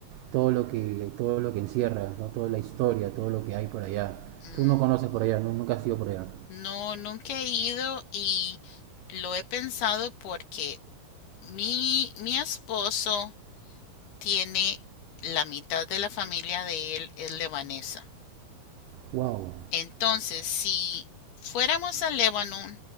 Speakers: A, on the right (about 85°); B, on the left (about 80°).
A: todo lo que, todo lo que encierra, ¿no? Toda la historia, todo lo que hay por allá.
B: Ujú.
A: Tú no conoces por allá, ¿no? Nunca has ido por allá.
B: No, nunca he ido y lo he pensado porque mi, mi esposo tiene la mitad de la familia de él es lebanesa.
A: Wow.
B: Entonces, si fuéramos a Líbano,